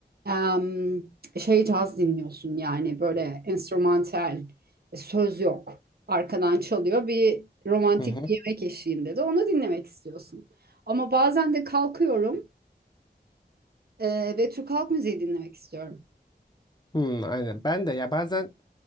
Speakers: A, on the right; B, on the left.
A: em, şey caz dinliyorsun yani böyle enstrümantal söz yok. Arkadan çalıyor bir romantik
B: Hı hı.
A: bir yemek eşliğinde de onu dinlemek istiyorsun. Ama bazen de kalkıyorum e, ve Türk halk müziği dinlemek istiyorum.
B: Hmm, aynen. Ben de ya bazen